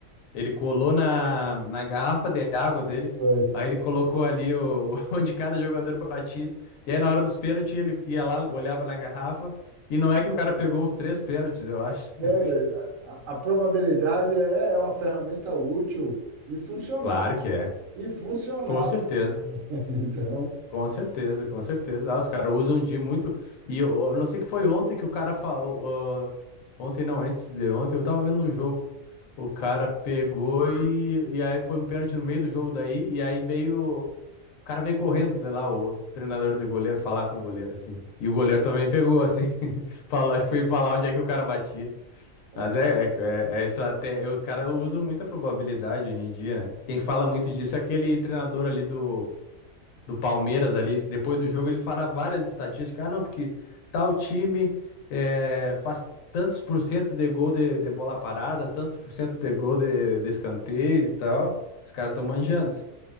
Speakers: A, on the left; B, on the right.
A: ele colou na, na garrafa de água dele,
B: Foi.
A: aí ele colocou ali o, <laughs> onde cada jogador batia, e aí na hora dos pênaltis ele ia lá, olhava na garrafa, e não é que o cara pegou uns três pênaltis, eu acho.
B: É,
A: <laughs>
B: velho, a, a probabilidade é, é uma ferramenta útil e funcional.
A: Claro que é,
B: E funcional.
A: com certeza.
B: <laughs> Então,
A: Com certeza, com certeza. Ah, os caras usam de muito. E eu, eu não sei que foi ontem que o cara falou. ah, ontem não, antes de ontem, eu tava vendo um jogo. O cara pegou e, e aí foi um pênalti no meio do jogo daí. E aí veio. O cara veio correndo de lá, o treinador do goleiro, falar com o goleiro, assim. E o goleiro também pegou, assim. <laughs> Falou, acho que foi falar onde é que o cara batia.
B: é.
A: Mas é, é, é, é estratégia. O cara usa muita probabilidade hoje em dia, né? Quem fala muito disso é aquele treinador ali do do Palmeiras ali, depois do jogo, ele fala várias estatísticas. Ah, não, porque tal time eh, faz tantos por cento de gol de, de bola parada, tantos por cento de gol de, de escanteio e tal. Os caras estão manjando.